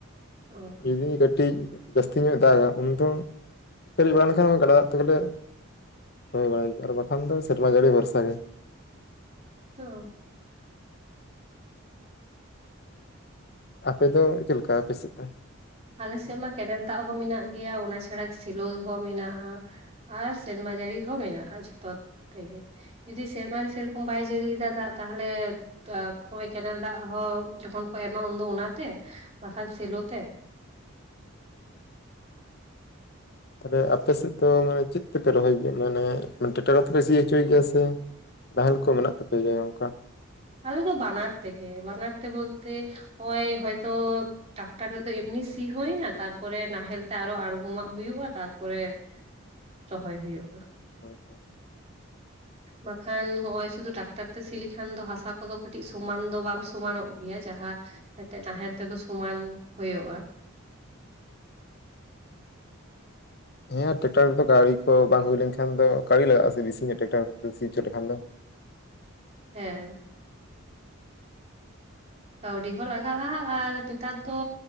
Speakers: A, on the right; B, on the left.
A: ᱚᱻ
B: ᱡᱩᱫᱤ ᱠᱟᱹᱴᱤᱡ ᱡᱟᱹᱥᱛᱤ ᱧᱚᱜ ᱫᱟᱜᱟ ᱩᱱ ᱫᱚ ᱯᱮᱨᱮᱡ ᱵᱟᱲᱟ ᱞᱮᱠᱷᱟᱱ ᱜᱟᱰᱟ ᱫᱟᱜ ᱛᱮᱜᱮᱞᱮ ᱨᱚᱦᱚᱭ ᱵᱟᱲᱟᱭ ᱜᱮ ᱟᱨ ᱵᱟᱠᱷᱟᱱ ᱫᱚ ᱥᱮᱨᱢᱟ ᱡᱟᱹᱲᱤ ᱵᱷᱚᱨᱥᱟ ᱜᱮ᱾
A: ᱦᱚ
B: ᱟᱯᱮ ᱫᱚ ᱪᱮᱫ ᱞᱮᱠᱟ ᱟᱯᱮᱮᱥ ᱫᱚ?
A: ᱟᱞᱮᱥᱮᱫ ᱢᱟ ᱠᱮᱱᱮᱞ ᱫᱟᱜ ᱦᱚᱸ ᱢᱮᱱᱟᱜ ᱜᱮᱭᱟ ᱚᱱᱟ ᱪᱷᱟᱲᱟ ᱥᱮᱞᱳ ᱦᱚᱸ ᱢᱮᱱᱟᱜᱼᱟ᱾ ᱟᱨ ᱥᱮᱨᱢᱟ ᱡᱟᱹᱲᱤ ᱦᱚᱸ ᱢᱮᱱᱟᱜᱼᱟ ᱡᱷᱚᱛᱚ ᱛᱮᱜᱮ ᱡᱩᱫᱤ ᱥᱮᱨᱢᱟ ᱨᱮ ᱥᱮᱨᱚᱠᱚᱢ ᱵᱟᱭ ᱡᱟᱹᱲᱤᱭᱮᱫᱟ ᱫᱟᱜ ᱛᱟᱦᱚᱞᱮ ᱦᱳᱭ ᱠᱮᱱᱮᱞ ᱫᱟᱜ ᱦᱚᱸ ᱡᱚᱠᱷᱚᱱ ᱠᱚ ᱮᱢᱟ ᱩᱱᱫᱚ ᱚᱱᱟᱛᱮ ᱵᱟᱠᱷᱟᱱ ᱥᱮᱞᱚ ᱛᱮ᱾
B: ᱛᱟᱦᱚᱞᱮ ᱟᱯᱮ ᱥᱮᱫ ᱫᱚ ᱢᱟᱱᱮ ᱪᱮᱫ ᱛᱮᱯᱮ ᱨᱚᱦᱚᱭ ᱜᱮᱭᱟ᱾ ᱢᱟᱱᱮ ᱴᱨᱮᱠᱴᱚᱨ ᱠᱚᱛᱮ ᱯᱮ ᱥᱤ ᱦᱚᱪᱚᱭ ᱜᱮᱭᱟ ᱥᱮ? ᱱᱟᱦᱮᱞ ᱠᱚ ᱢᱮᱱᱟᱜ ᱛᱟᱯᱮ ᱜᱮᱭᱟ ᱚᱱᱠᱟ?
A: ᱟᱞᱮ ᱫᱚ ᱵᱟᱱᱟᱨ ᱛᱮᱜᱮ ᱵᱟᱱᱟᱨ ᱛᱮ ᱵᱚᱞᱛᱮ ᱚᱭ ᱦᱚᱭᱛᱚ ᱴᱟᱠᱴᱟᱨ ᱨᱮᱫᱚ ᱮᱢᱱᱤ ᱥᱤ ᱦᱩᱭᱱᱟ ᱛᱟᱨᱯᱚᱨᱮ ᱱᱟᱦᱮᱞ ᱛᱮ ᱟᱨᱚ ᱟᱬᱜᱚᱢᱟᱜ ᱦᱩᱭᱩᱜᱼᱟ ᱛᱟᱨᱯᱚᱨᱮ ᱨᱚᱦᱚᱭ ᱦᱳᱭᱳᱜᱼᱟ᱾
B: <unintelligible>
A: ᱵᱟᱠᱷᱟᱱ ᱦᱚᱜᱼᱚᱭ ᱥᱩᱫᱷᱩ ᱴᱨᱟᱠᱴᱟᱨ ᱛᱮ ᱥᱤ ᱞᱮᱠᱷᱟᱱ ᱫᱚ ᱦᱟᱥᱟ ᱠᱚᱫᱚ ᱠᱟᱹᱴᱤᱡ ᱥᱚᱢᱟᱱ ᱫᱚ ᱵᱟᱝ ᱥᱚᱢᱟᱱᱚᱜ ᱜᱮᱭᱟ ᱡᱟᱦᱟᱸ ᱮᱱᱛᱮᱜ ᱛᱟᱦᱮᱸᱜ ᱛᱮᱫᱚ ᱥᱚᱢᱟᱱ ᱦᱳᱭᱳᱜᱼᱟ᱾
B: ᱦᱮᱸ ᱴᱨᱟᱠᱴᱟᱨ ᱫᱚ ᱜᱟᱹᱲᱤ ᱠᱚ ᱵᱟᱝ ᱦᱩᱭ ᱞᱮᱱᱠᱷᱟᱱ ᱫᱚ ᱜᱟᱹᱲᱤ ᱞᱟᱜᱟᱜᱼᱟ ᱥᱮ ᱵᱮᱥᱤ ᱧᱚᱜᱼᱟ ᱴᱨᱟᱠᱴᱟᱨ ᱠᱚᱛᱮ ᱥᱤ ᱪᱚ ᱞᱮᱠᱷᱟᱱ ᱫᱚ᱾
A: ᱦᱮᱸ ᱠᱟᱹᱣᱰᱤ ᱦᱚᱸ ᱞᱟᱜᱟᱜᱼᱟ ᱟᱨ ᱱᱮᱛᱟᱨ ᱫᱚ